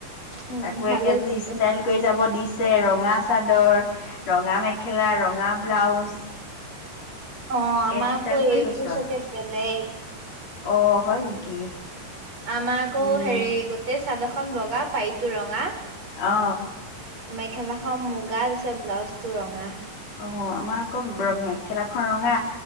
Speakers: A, on the right (about 30°); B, on the left (about 40°).
A: উম
B: তাকো
A: ভালেই
B: একেজি
A: কৰিলে
B: ষ্টাইল কৰি যাব দি ছে ৰঙা চাদৰ ৰঙা মেখেলাৰ ৰ ৰঙা ব্লাউজ
A: অঁ আমাকো
B: একে ষ্টাইল কৰি
A: এইটো
B: গৈছো
A: চাগে
B: আৰু।
A: বেলেগ
B: অ হয় নেকি
A: আমাক আকৌ
B: উম
A: হেৰি, গোটেই চাদৰখন বগা পাৰিটো ৰঙা,
B: অ
A: মেখেলাখন মুগা দিছে, ব্লাউজ <unintelligible> ৰঙা
B: অঁ আমাৰ আকৌ মেখেলাখন ৰঙা